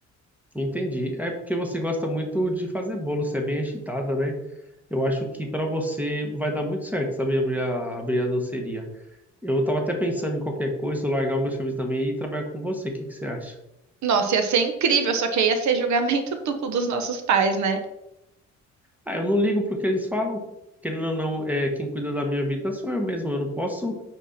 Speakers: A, in the centre; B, on the right.
A: Entendi. É porque você gosta muito de fazer bolo, você é bem agitada, né? Eu acho que para você vai dar muito certo, sabe, abrir a, abrir a doceria. Eu estava até pensando em qualquer coisa, eu largar o meu serviço também e ir trabalhar com você. O que que você acha?
B: Nossa, ia ser incrível, só que aí ia ser julgamento <laughs> duplo dos nossos pais, né?
A: Ah, eu não ligo pro que eles falam. Querendo ou não, é, quem cuida da minha vida sou eu mesmo. Eu não posso